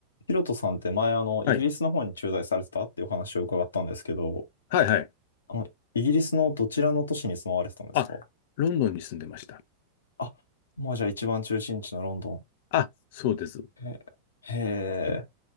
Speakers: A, on the left; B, on the left.
A: ヒロトさんって前、あの、
B: はい。
A: イギリスの方に駐在されてたっていうお話を伺ったんですけど、
B: はいはい。
A: あの、イギリスのどちらの都市に住まわれてたんですか
B: あ、ロンドンに住んでました。
A: あ、まあじゃあ一番中心地のロンドン。
B: あ、そうです。
A: へへえ、